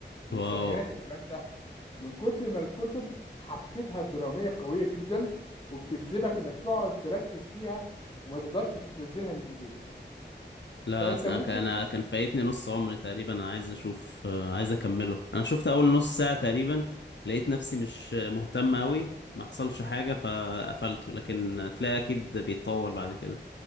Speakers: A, on the left (about 25°); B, on the left (about 75°).
A: من
B: واو
A: السبعينات الكلام ده من كتر ما الكتب حبكتها الدرامية قوية جدا وبتجذبك انك تقعد تركز فيها وما تقدرش تنزلها من ايديك
B: لا
A: فانت
B: أصل
A: ممكن
B: انا كان أنا كان فايتني نص عمري تقريبا انا عايز اشوف آه، عايز اكمله انا شفت اول نص ساعة تقريبا لقيت نفسي مش مهتم قوي ما حصلش حاجة فقفلته لكن تلاقي اكيد بيتطور بعد كده